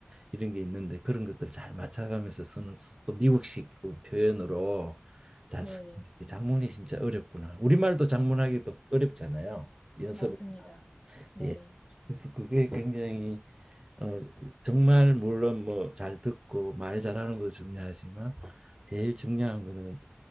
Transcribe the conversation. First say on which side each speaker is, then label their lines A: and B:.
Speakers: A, on the right; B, on the left.
A: 이런 게 있는데 그런 것들 잘 맞춰가면서 쓰는 또 미국식 그 표현으로 잘
B: 네.
A: 쓰는 게 장문이 진짜 어렵구나. 우리말도 장문하기도 어렵잖아요. 연습을
B: 맞습니다. 네.
A: 예. 그래서 그게 굉장히 어, 정말 물론 뭐 잘 듣고 말 잘하는 것도 중요하지만 제일 중요한 거는